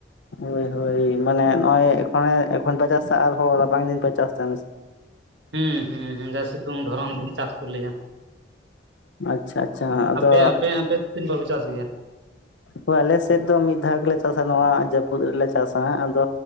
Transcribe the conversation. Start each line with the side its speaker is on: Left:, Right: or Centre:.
Left: ᱦᱳᱭ ᱦᱳᱭ, ᱢᱟᱱᱮ ᱱᱚᱜᱚᱭ ᱮᱠᱷᱚᱱᱮ ᱮᱠᱷᱚᱱ ᱯᱮ ᱪᱟᱥᱟ ᱟᱨᱦᱚᱸ ᱨᱟᱵᱟᱝ ᱫᱤᱱ ᱯᱮ ᱪᱟᱥ ᱛᱟᱦᱮᱸᱱᱟ ᱥᱮ?
Right: ᱦᱩᱸ ᱦᱩᱸ ᱦᱩᱸ, ᱡᱟ ᱥᱤᱛᱩᱝ ᱫᱷᱚᱨᱚᱢ ᱫᱤᱱ ᱪᱟᱥ ᱠᱚ ᱞᱟᱹᱭᱟ᱾
Left: ᱟᱪᱪᱷᱟ ᱟᱪᱪᱷᱟ ᱟᱫᱚ
Right: ᱟᱯᱮ ᱟᱯᱮ ᱟᱯᱮ ᱛᱤᱱ ᱵᱟᱨ ᱯᱮ ᱪᱟᱥ ᱜᱮᱭᱟ?
Left: ᱦᱳᱭ ᱟᱞᱮ ᱥᱮᱫ ᱫᱚ ᱢᱤᱫ ᱫᱷᱟᱣ ᱜᱮᱞᱮ ᱪᱟᱥᱟ ᱱᱚᱣᱟ ᱡᱟᱹᱯᱩᱫ ᱨᱮᱞᱮ ᱪᱟᱥᱟ, ᱟᱫᱚ